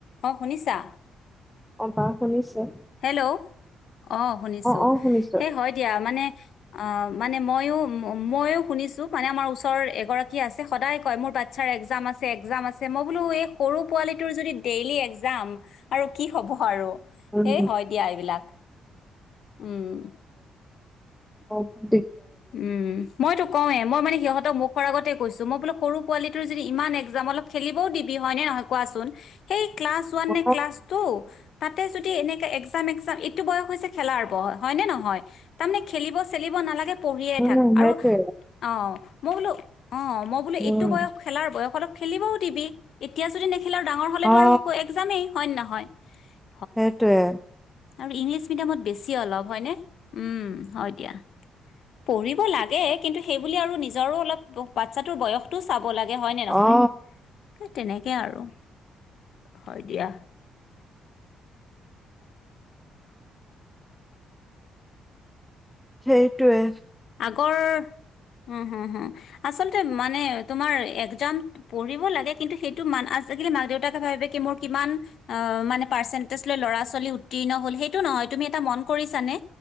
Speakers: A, on the left; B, in the centre.
A: অ শুনিছা।
B: অবাৰ শুনিছে।
A: হেল্ল'। অ শুনিছো
B: অ শুনিছো
A: সেই হয় দিয়া মানে। অ মানে মইো ময়ো শুনিছো মানে আমাৰ ওচৰৰ এগৰাকী আছে সদায় কয় মোৰ বাচ্ছাৰ এক্জাম আছে, একজাম আছে, মই বোলো। এই সৰু পোৱালিটোৰ যদি ডেইলি এক্জাম আৰু কি হ'ব আৰু।
B: উম
A: এইেই হয় দিয়া এইবিলাক। উম।
B: অহঁ।
A: উম মইতো কওঁৱেই মই মানে সিহঁতক মোক। আগতে কৈছো মই বোলো সৰু পোৱালিটোৰ যদি ইমান এক্জাম অলপ খেলিবও দিবি হয়নেে নহয় কোৱাচোন সেই। ক্লাছ ওৱান
B: অ
A: নে ক্লাছ টু। তাতে যদি এনেকাে এক্জাম এক্জাম এইটো বয়স হৈছে খেলাৰ বয় হয় নে নহয় তাৰমানে খেলিব চেলিব নালাগে। পঢ়িয়ে
B: উম
A: থাক
B: সেইটোৱে
A: আৰু অ। মই বোলো অ মই বোলেো এইটো
B: উম
A: বয়স খেলাৰ বয়স অলপ খেলিবও দিবি এতিয়া যদি নেখেলা আৰু ডাঙৰ হলেতো
B: অ
A: আৰু এক্জামেই হয় নহয়। <unintelligible>
B: সেইটোৱে।
A: আৰু ইংলিছ মিডিয়ামত বেছি অলপ হয়নে! উম হয় দিয়া। পঢ়িব লাগে কিন্তু সেইব আৰু নিজৰো অলপ বাচ্ছাটোৰ বয়স। চাব লাগে হয় নে নহয়।
B: অ
A: তেনেকে আৰু হয় দিয়া।
B: সেইটোৱে।
A: গৰ হু হু আচলতে মানে তোমাৰ একজাম পঢ়িব লাগে কিন্তু মান কিন্তু সেইটো কিন্তু মাক দেউতাকে ভাবি লাগে মোৰ কিমান। মানে পাৰ্চেণ্টেজ লৈ ল'ৰা ছোৱালী। উত্তীৰ্ণ হল সেইটো নহয়, তুমি এটা মন কৰিছানে!